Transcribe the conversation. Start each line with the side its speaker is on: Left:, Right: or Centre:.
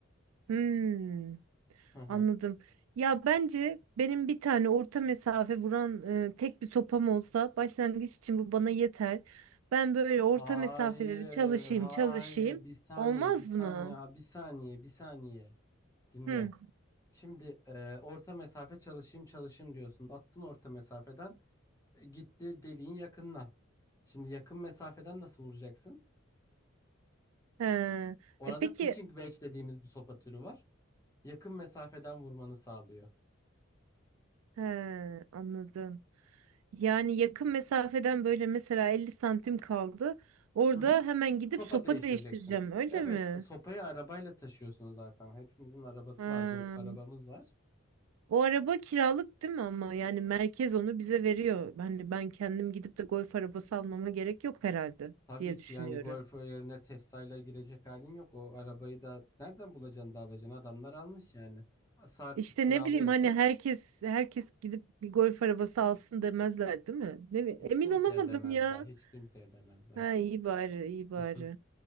Right: Hmm.
Left: Hı hı.
Right: Anladım. Ya bence benim bir tane orta mesafe vuran e, tek bir sopam olsa başlangıç için bu bana yeter. Ben böyle orta
Left: Hayır,
Right: mesafeleri çalışayım,
Left: hayır.
Right: çalışayım.
Left: Bir saniye,
Right: Olmaz
Left: bir saniye,
Right: mı?
Left: bir saniye, bir saniye. Dinle.
Right: Hı.
Left: Şimdi e, orta mesafe çalışayım çalışayım diyorsun. Attın orta mesafeden e, gitti deliğin yakınına. Şimdi yakın mesafeden nasıl vuracaksın?
Right: He.
Left: Orada
Right: E peki
Left: pitching wedge dediğimiz bir sopa türü var. Yakın mesafeden vurmanı sağlıyor.
Right: he, anladım. Yani yakın mesafeden böyle mesela 50 santim kaldı. Orada
Left: Hı hı.
Right: hemen gidip
Left: Sopa
Right: sopa
Left: değiştireceksin.
Right: değiştireceğim, öyle
Left: Evet,
Right: mi?
Left: sopayı arabayla taşıyorsun zaten. Hepimizin arabası
Right: Ha.
Left: var, golf arabamız var.
Right: O araba kiralık değil mi ama yani merkez onu bize veriyor. Hani ben kendim gidip de golf arabası almama gerek yok herhalde
Left: Tabii
Right: diye
Left: ki
Right: düşünüyorum.
Left: yani golf yerine Tesla'yla girecek halin yok. O arabayı da nereden bulacaksın da alacaksın? Adamlar almış yani. Saatlik
Right: İşte
Left: kiralıyorsun.
Right: ne bileyim hani herkes herkes gidip bir golf arabası alsın demezler değil mi? Ne bi-
Left: Hiç
Right: Emin
Left: kimseye
Right: olamadım
Left: demezler.
Right: ya.
Left: Hiç kimseye demezler.
Right: Ha iyi bari iyi bari.
Left: Hı hı,